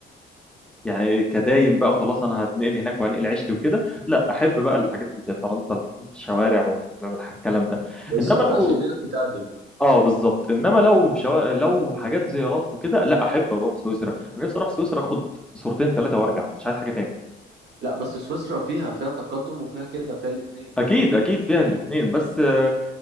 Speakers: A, in the centre; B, on the right.
A: يعني كدايم بقى خلاص انا هتنقل هناك وهنقل عيشتي وكده لا احب بقى الحاجات اللي زي فرنسا الشوارع والكلام ده
B: بالظبط
A: انما
B: عشان
A: لو
B: دي بتتقدم
A: اه بالظبط انما لو شو... لو حاجات زيارات وكده لا احب اروح سويسرا انا نفسي اروح سويسرا اخد صورتين ثلاثه وارجع مش عايز حاجه تاني
B: لا بس سويسرا فيها فيها تقدم وفيها كده فيها الاتنين
A: اكيد اكيد فيها الاثنين بس آه